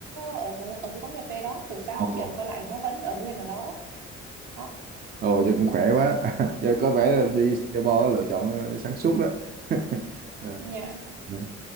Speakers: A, on the right (about 55°); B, on the right (about 25°).
A: ở ở cái quán cà phê đó từ sáng
B: ồ
A: đến chiều em quay lại nó vẫn ở nguyên ở đó. Đó,
B: ồ vậy cũng khỏe quá <laughs> giờ có vẻ là đi Singapore lựa chọn ờ, sáng suốt đó <laughs> Ờ,
A: nhà
B: ờ.